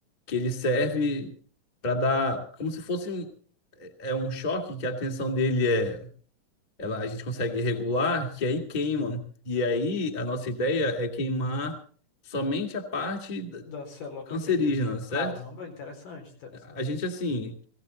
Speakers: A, on the left; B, on the left.
A: que ele serve para dar como se fosse um é é um choque que a tensão dele é ela a gente consegue regular que aí queima e aí a nossa ideia é queimar somente a parte da-
B: Da célula cancerígena.
A: cancerígena, certo?
B: Caramba, interessante, interessante.
A: A gente assim